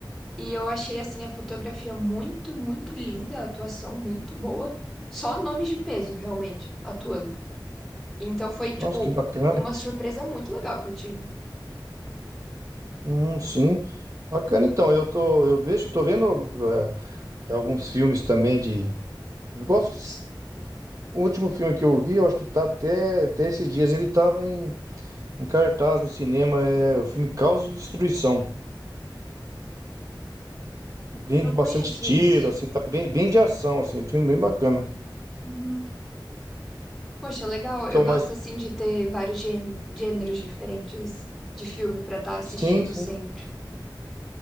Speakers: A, in the centre; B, on the right (about 45°).
A: E eu achei assim a fotografia muito, muito linda, a atuação muito boa. Só nomes de peso realmente atuando. Então foi
B: Nossa,
A: tipo
B: que bacana.
A: uma surpresa muito legal que eu tive.
B: Hum, sim. Bacana, então, eu tô, eu vejo, tô vendo é é, alguns filmes também de. eu Gosto de... O último filme que eu vi, eu acho que tá até, até esses dias, ele tava em, em cartaz no cinema, é o filme Caos e Destruição. Bem
A: Não
B: de bastante
A: conheço
B: tiro,
A: esse.
B: assim, tá bem, bem de ação, assim, um filme bem bacana.
A: Uhum. Poxa, legal. Eu
B: Que é o
A: gosto
B: mais.
A: assim de ter vários gê- gêneros diferentes de filme pra estar assistindo
B: Sim, sim.
A: sempre.